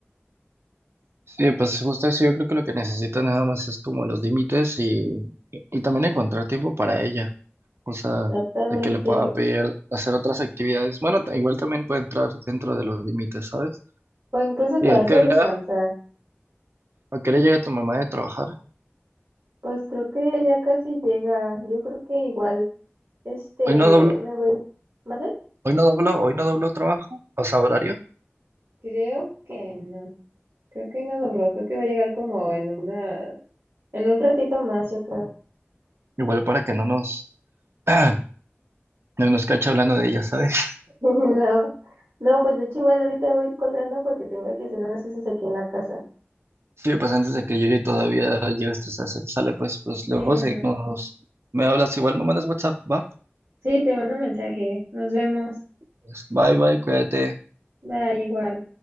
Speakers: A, on the right; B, on the right.
A: Sí, pues justo eso, yo creo que lo que necesito nada más es como los límites y, y, y también encontrar tiempo para ella, o sea,
B: Exactamente.
A: de que le pueda pedir hacer otras actividades. Bueno, ta- igual también puede entrar dentro de los límites, ¿sabes?
B: O incluso
A: ¿Y
B: quedarse
A: a qué hora,
B: a descansar.
A: a qué hora llega tu mamá de trabajar?
B: Pues creo que ya casi llega. Yo creo que igual, este,
A: Hoy no doblo,
B: me voy. ¿Mande?
A: hoy no doblo, hoy no doblo trabajo, o sea, horario.
B: Creo que no, creo que no dobló, creo que va a llegar como en una, en un ratito más, yo creo.
A: Igual para que no nos, <clears throat> no nos cache hablando de ella, ¿sabes?
B: <laughs> No. No, pues de hecho igual ahorita voy a ir colgando porque tengo que hacer unas cosas aquí en la casa.
A: Sí, pues antes de que llegue y todavía llegue a estresarse. Sale, pues, pues luego
B: sí
A: seguimos.
B: no
A: Me hablas igual, me mandas WhatsApp, va.
B: sí, te mando un mensaje. Nos vemos.
A: Pues, bye, bye, cuídate.
B: Bye, igual.